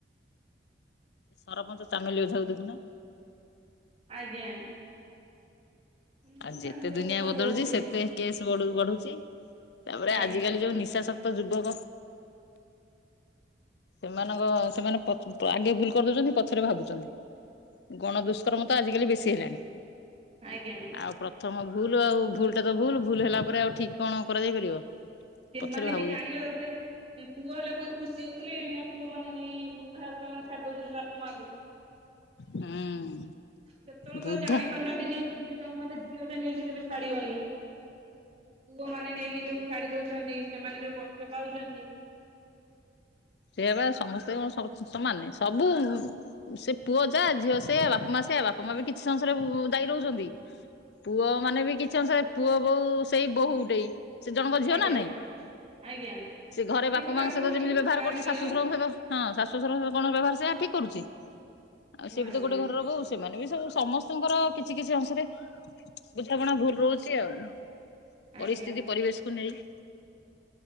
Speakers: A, on the left; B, on the right.
A: ସରପଞ୍ଚ ଚାମେଲି ଓଝା କୁ ଦେଖୁନ।
B: ଆଜ୍ଞା। ମୁଁ
A: ଆ ଯେତେ
B: ତାଙ୍କରି
A: ଦୁନିଆ
B: କଥା
A: ବଦଳୁଛି
B: କହୁଥିଲି
A: ସେତେ କେସ୍ ବଢ଼ୁ ବଢୁଛି ତାପରେ
B: ଆଜ୍ଞା
A: ଆଜିକାଲି ଯୋଉ ନିଶା ଶ କ୍ତ ଯୁବକ ସେମାନଙ୍କ ସେମାନେ ପଛ ଆଗେ ଭୁଲ କରିଦଉଛନ୍ତି ପଛରେ ଭାବୁଛନ୍ତି। ଗଣ ଦୁଷ୍କର୍ମ ତ ଆଜିକାଲି ବେଶୀ ହେଲାଣି।
B: ଆଜ୍ଞା।
A: ଆଉ ପ୍ରଥମ ଭୁଲ୍ ଆଉ ଭୁଲ୍ ଟା ତ ଭୁଲ୍ ଭୁଲ୍ ହେଲା ପରେ ଆଉ ଠିକ୍ କଣ କରାଯାଇ ପାରିବ।
B: ସେମାନେ
A: ପଛରେ ଭାବୁଛୁ
B: ବି ଜାଣିବା ଦରକାର ପୁଅ ହେଲେ ବହୁତ୍ ଖୁସି ହଉଥିଲେ ଏନା ପୁଅ ମାନେ ନେଇ ବୃଦ୍ଧାଆଶ୍ରମରେ ଛାଡି ଦଉଛନ୍ତି ବାପ ମାଆଙ୍କୁ।
A: ହୁଁ
B: ସେତେବେଳକୁ
A: ବୁଦ୍ଧ
B: ଆଉ ଜାଣି ପାରୁନାହାନ୍ତି ଯେ ଝିଅ ଜନ୍ମ ହେଲେ ଝିଅ ଟେ ନେଇକି କେବେ ଛାଡିବନି ପୁଅ ମାନେ ନେଇକି ଯୋଉ ଛାଡି ଦଉଛନ୍ତି ସେମାନେ ଯୋଉ କଷ୍ଟ ପାଉଛନ୍ତି
A: ସେଇ ବା ସମସ୍ତେ କଣ ସ ସମାନେ ସବୁ ସେ ପୁଅ ଯା ଝିଅ ସେଇଆ ବାପା ମା ସେଇଆ ବାପା ମା ବି କିଛି ଅଂଶରେ ଦାୟୀ ରହୁଛନ୍ତି। ପୁଅ ମାନେ ବି କିଛି ଅଂଶରେ ପୁଅ ବୋଉ ସେଇ ବୋଉ ଗୋଟେଇ ସେ ଜଣଙ୍କ ଝିଅ
B: ଆଜ୍ଞା
A: ନା ନାଇଁ
B: ଆଜ୍ଞା।
A: ସେ ଘରେ
B: ସିଏ
A: ବାପ
B: ବି କାହା
A: ମାଙ୍କ
B: ଭଉଣୀ
A: ସହିତ ଯେମିତି ବ୍ୟବହାର
B: କାହା ଝିଅ
A: ଶାଶୁଶଶୁରଙ୍କ
B: ହଁ
A: ସହିତ ହଁ ଶାଶୁଶଶୁରଙ୍କ ସହିତ କଣ ବ୍ୟବହାର ସେଇଆ ଠିକ୍ କରୁଛି ଆଉ ସେ
B: ଆଜ୍ଞା
A: ବି ତ ଗୋଟେ ଘରର ବୋହୁ। ସେମାନେ ବି ସବୁ ସମସ୍ତଙ୍କର କିଛି କିଛି ଅଂଶରେ ବୁଝାବଣା ଭୁଲ ରହୁଛି ଆଉ।
B: ଆଜ୍ଞା।
A: ପରିସ୍ଥିତି ପରିବେଶ କୁ ନେଇ